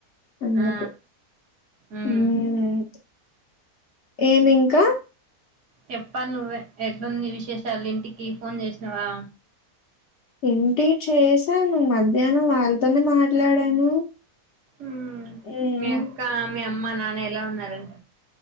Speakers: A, on the left (about 60°); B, on the right (about 55°).
A: అందుకు
B: ఆ ఉమ్
A: మ్మ్ ఏమింకా
B: చెప్పాలి నువ్వే ఎట్లుంది విశేషాలు ఇంటికి ఫోన్ చేసినవా?
A: ఇంటి చేశాను మధ్యాహ్నం వాళ్ళ్తోనే మాట్లాడాను.
B: మ్మ్
A: ఉమ్
B: మీ అక్క, మీ అ మ్మ నాన్న ఎలా ఉన్నరంట?